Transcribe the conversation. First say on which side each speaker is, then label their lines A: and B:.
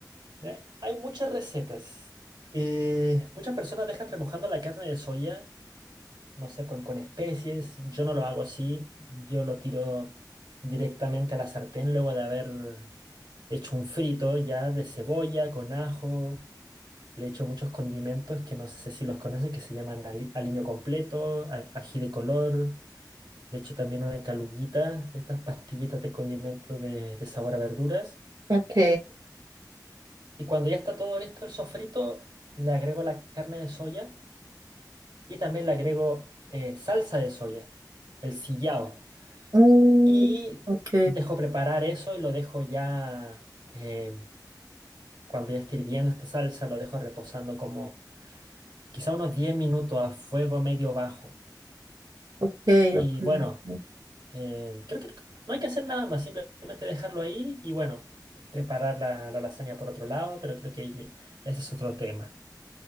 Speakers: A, on the right; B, on the right.
A: Mira, hay muchas recetas. Eh, muchas personas dejan remojando la carne de soya. no sé, con, con especies. Yo no lo hago así, yo lo tiro directamente a la sartén luego de haber hecho un frito ya de cebolla, con ajo. Le echo muchos condimentos que no sé si los conoces, que se llaman ali- aliño completo, a- ají de color. Le echo también una caluguita, de estas pastillitas de condimento de, de sabor a verduras.
B: Ok.
A: Y cuando ya está todo listo el sofrito, le agrego la carne de soya y también le agrego eh, salsa de soya, el sillao.
B: mm,
A: Y
B: ok,
A: dejo preparar eso y lo dejo ya, eh, cuando ya esté hirviendo esta salsa, lo dejo reposando como quizá unos 10 minutos a fuego medio bajo.
B: ok,
A: Y
B: ok.
A: bueno,
B: ok.
A: eh, creo que no hay que hacer nada más, simplemente dejarlo ahí y bueno, preparar la, la lasaña por otro lado, pero creo que ye- ese es otro tema.